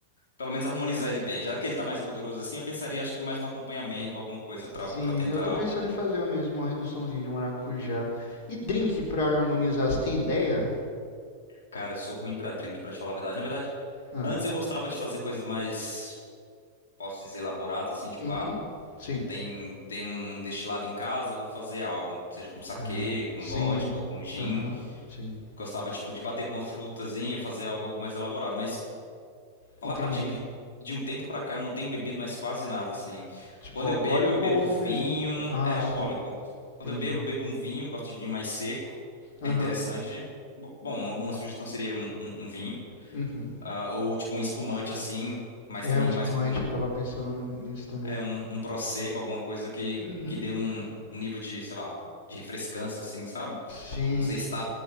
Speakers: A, on the left; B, on the left.
A: pelo menos harmonizar ele bem. Já que ele tá mais gorduroso assim, eu pensaria acho que mais no acompanhamento, alguma coisa pra
B: Sim,
A: para tentar.
B: eu tô pensando em fazer eu mesmo uma reduçãozinha de maracujá. E drink pra harmonizar, você tem ideia?
A: Cara, eu sou ruim pra drink, pra te falar a verdade. Na verdade,
B: Ah,
A: antes eu gostava de fazer coisas mais, posso dizer, elaboradas, assim, tipo,
B: uhum,
A: ah,
B: sim.
A: Tem, tem um destilado em casa, vou fazer algo, seja com saquê,
B: É,
A: com
B: sim,
A: vodka ou com gin.
B: aham, sim.
A: Gostava, tipo, de bater com uma frutazinha, fazer algo mais elaborado. Mas falar
B: Entendi.
A: pra ti que de um tempo pra cá eu não tenho bebido mais quase nada, assim.
B: Tipo,
A: Quando
B: alcoólico
A: eu bebo, eu bebo
B: ou mesmo...
A: vinho,
B: Ah,
A: é, alcoólico.
B: sim,
A: Quando
B: entendi.
A: eu bebo, eu bebo um vinho, eu gosto de vinho mais seco,
B: Aham,
A: é interessante. Bo- Bom, uma, uma sugestão seria um, um- um vinho,
B: uhum.
A: Ah, ou tipo um espumante assim, mas
B: É
A: também
B: um
A: indo
B: espumante,
A: mais para
B: eu tava pensando nisso também.
A: É um, um prosecco, alguma coisa que,
B: Uhum,
A: que dê um nível de, sei lá, de refrescância, assim, sabe?
B: sim.
A: Não sei se tá.